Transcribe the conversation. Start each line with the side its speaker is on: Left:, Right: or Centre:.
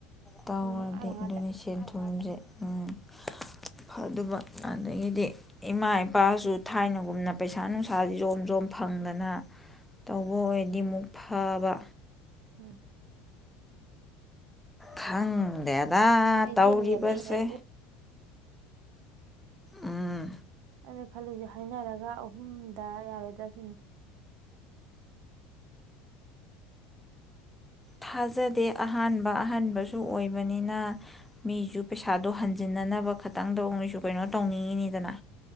Centre: ꯇꯧꯔꯗꯤ
Right: ꯂꯤꯁꯤꯡ ꯃꯉꯥ ꯃꯉꯥꯗ
Centre: ꯑꯗꯨꯅꯦ ꯁꯦꯟꯊꯨꯝꯁꯦ ꯎꯝ ꯐ ꯑꯗꯨꯕ ꯑꯗꯒꯤꯗꯤ ꯏꯃꯥ ꯏꯄꯥꯁꯨ ꯊꯥꯏꯅꯒꯨꯝꯅ ꯄꯩꯁꯥ ꯅꯨꯡꯁꯥꯁꯤ ꯖꯣꯝ ꯖꯣꯝ ꯐꯪꯗꯅ ꯇꯧꯕ ꯑꯣꯏꯔꯗꯤ ꯑꯃꯨꯛ ꯐꯕ
Right: ꯎꯝ
Centre: ꯈꯪꯗꯦ ꯗ
Right: ꯂꯩꯗꯤ
Centre: ꯇꯧꯔꯤꯕꯁꯦ
Right: ꯂꯩꯅꯤꯡꯉꯦꯕ ꯑꯩ ꯉꯁꯥꯏ
Centre: ꯎꯝ
Right: ꯑꯩꯅ ꯈꯜꯂꯤꯁꯦ ꯍꯥꯏꯅꯔꯒ ꯑꯍꯨꯝꯗ ꯌꯥꯔꯣꯏꯗ꯭ꯔꯥ ꯁꯤꯅꯤ
Centre: ꯊꯥꯖꯗꯦ ꯑꯍꯥꯟꯕ ꯑꯍꯥꯟꯕꯁꯨ ꯑꯣꯏꯕꯅꯤꯅ ꯃꯤꯁꯨ ꯄꯩꯁꯥꯗꯣ ꯍꯟꯖꯤꯟꯅꯅꯕ ꯈꯇꯪꯗ ꯑꯣꯏꯁꯨ ꯀꯩꯅꯣ ꯇꯧꯅꯤꯡꯉꯤꯅꯤꯗꯅ